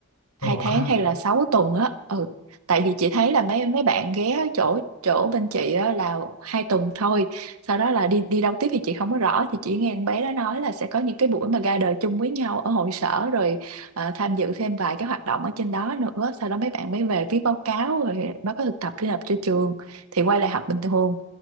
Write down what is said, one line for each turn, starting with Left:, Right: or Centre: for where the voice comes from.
Left: <laughs> Ồ,
Right: hai tháng
Left: có-
Right: hay là 6 tuần á ừ tại vì chị thấy là mấy mấy bạn ghé chỗ chỗ bên chị á là hai tuần thôi sau đó là đi đi đâu tiếp thì chị không có rõ thì chỉ nghe con bé đó nói là sẽ có những cái buổi mà gather chung với nhau ở hội sở rồi ờ, tham dự thêm vài cái hoạt động ở trên đó nữa sau đó mấy bạn mới về viết báo cáo rồi báo cáo thực tập đi nộp cho trường thì quay lại học bình thường